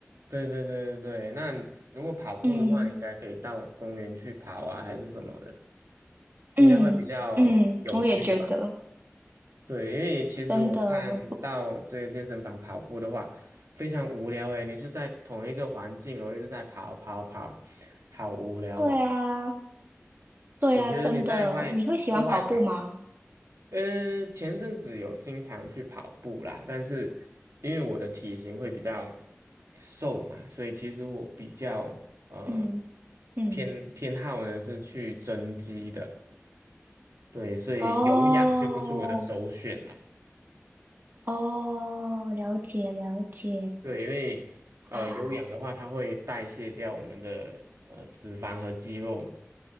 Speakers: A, on the right; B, on the right.
A: 对对对对对，那如果跑步的话，
B: 嗯
A: 你应该可以到公园去跑啊，还是什么的，应该会比较有趣吧。
B: 嗯嗯，我也觉得，
A: 对，因为其实我看到这个健身房跑步的话，
B: 真的，我
A: 非常无聊诶，你就在同一个环境哦，我一直在跑跑跑，好无聊哦。
B: 对啊，对啊，
A: 我觉得你在外户外跑，
B: 真的，你会喜欢跑步吗？
A: 嗯、前阵子有经常去跑步啦，但是因为我的体型会比较瘦嘛，所以其实我比较呃
B: 嗯嗯，
A: 偏偏好呢是去增肌的，对，所以有氧就不是我的首选啦。
B: 哦哦，了解了解
A: 对，因为呃有氧的话，
B: 啊，
A: 它会代谢掉我们的呃脂肪和肌肉嘛，